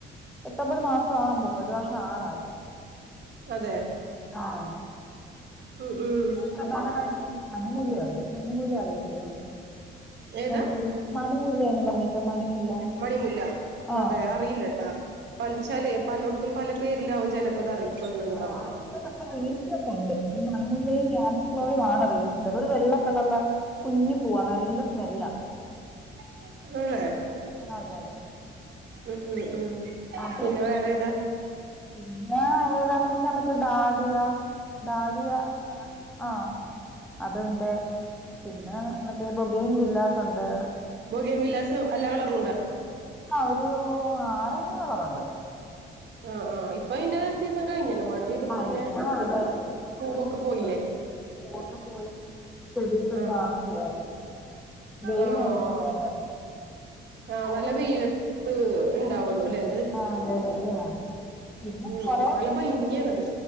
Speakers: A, in the centre; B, on the right.
A: എട്ടൊമ്പത് മാസാവാൻ പോകുന്നു ഒരു വർഷാകാറായി.
B: അതെ
A: ആണോ?
B: ഉം ഉം
A: പിന്നെ പ്രധാനവായിട്ടും മണിമൂല്ല്യയുണ്ട് മണിമുല്ല അറിയത്തില്ലേ?
B: ഏതാ
A: എന്ത് മണിമുല്ലയെന്നും പറഞ്ട്ട് മണിമുല്ല
B: മണിമുല്ല
A: ആ
B: അതെ അറിയില്ലട്ടാ പലത് ച്ചാലേ പലോട്ത്തും പല പേരിലാവും ചെലപ്പത് അറിയപ്പെട്ണ് ണ്ടാവ
A: ആഹ് ഇപ്പൊ നമ്മുടെ റീൽസിലൊക്കുണ്ട് ഈ മണമുല്ലയും, ക്യാറ്റ്സ് ക്ലോയുവാണ് റീൽസില് ള്ളെത് ഒരു വെള്ളക്കളർലാ കുഞ്ഞി പൂവാ നല്ല സ്മെല്ലാ
B: <unintelligible>
A: ആഹ് അതെ അതെ
B: ഉം ഉം ഉം
A: അത്
B: പിന്നെ വേറെ ഏതാ
A: പിന്നെ ഏതാന്ന് വെച്ചാൽ ഡാലിയ ഡാലിയ ആഹ് അതുണ്ട് പിന്നെ മറ്റേ ബോഗേന് വില്ലാസ് ഉണ്ട്
B: ബോഗേൻ വില്ലാസ് അല്ലാ കളറുണ്ടോ
A: ആഹ് ഒരു ആറ് അഞ്ച് കളറുണ്ട്
B: ആഹ് ആഹ് ഇപ്പൊ അതിന്റെ സീസൺ കഴിഞ്ഞല്ലോ മഴ പെയ്തപ്പോ
A: ആഹ്
B: പിന്നെ
A: ഇപ്പൊ അതെ ഇപ്പൊ
B: പൂവൊക്കെ
A: പോയി ഫുള്ള്
B: പോയില്ലേ
A: പൂവൊക്കെ പോയി പെടിയൊക്കെ
B: ആഹ്
A: <unintelligible> വെയിലാണല്ലോ
B: ആഹ്
A: വേണ്ടത്.
B: ആഹ് നല്ല വെയിലത്ത് ഉണ്ടാവുള്ളൂലേ അത്
A: ആഹ് അതെ വെയില് വേണം പിന്നെ
B: ഉം
A: കൊറെ
B: നല്ല ഭംഗിയാണത്